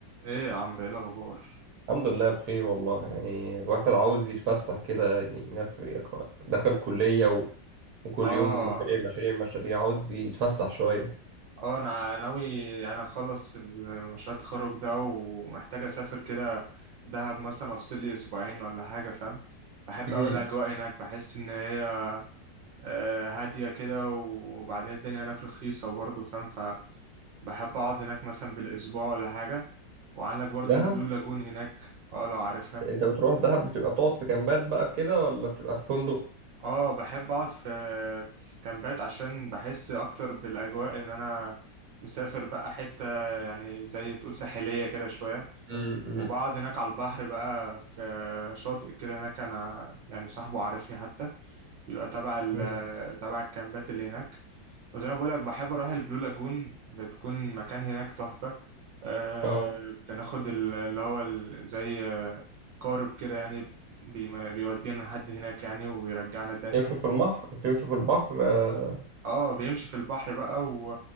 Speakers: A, on the right (about 80°); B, on the right (about 60°).
A: ايه يا عمرو ايه الاخبار
B: الحمد لله بخير والله يعني الواحد عاوز يتفسح كده ينف- يخ- دخل كلية و... وكل
A: اه
B: يوم مشاريع مشاريع مشاريع عاوز يتفسح شوية
A: اه انا ناوي انا اخلص مشروع التخرج ده ومحتاج اسافر كده دهب مثلا افصل لي اسبوعين ولا حاجه فاهم بحب
B: امم
A: اوي الاجواء هناك بحس ان هي آه، هاديه كده وبعدين الدنيا هناك رخيصه برضه فاهم فبحب اقعد هناك مثلا بالاسبوع ولا حاجه وعندك برضه
B: دهب
A: البلو لاجون هناك اه لو عارفها
B: انت بتروح دهب بتبقى بتقعد في كامبات بقى كده ولا بتبقى في فندق
A: اه بحب اقعد في في كامبات عشان بحس اكتر بالاجواء ان انا مسافر بقى حتة يعني زي تقول ساحلية كده شوية
B: امم
A: وبقعد هناك على البحر بقى في شاطئ كده هناك انا يعني صاحبه عارفني حتى بيبقى تبع ال
B: امم
A: تبع الكامبات اللي هناك وزي ما بقولك بحب أروح البلو لاجون بتكون مكان هناك تحفة أه
B: اه
A: بناخد ال- اللي هو ال- زي قارب كده يعني بي- بيودينا لحد هناك يعني ويرجعنا تاني
B: يمشوا في البحر بتمشوا في البحر آه.
A: اه بيمشي في البحر بقى و...